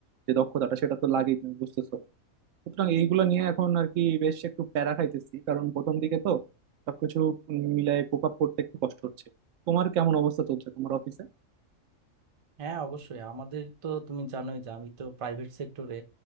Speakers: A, on the right (about 75°); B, on the right (about 35°).
A: যে দক্ষতাটা সেটা তো লাগেই তুমি বুঝতেছো সুতরাং এইগুলো নিয়ে এখন আর কি বেশ একটু প্যারা খাইতেছি কারণ প্রথম দিকে তো সবকিছু মিলায় কোপ আপ করতে একটু কষ্ট হচ্ছে তোমার কেমন অবস্থা চলছে তোমার অফিসে
B: হ্যাঁ অবশ্যই আমাদের তো তুমি জানোই যে আমি তো প্রাইভেট সেক্টরে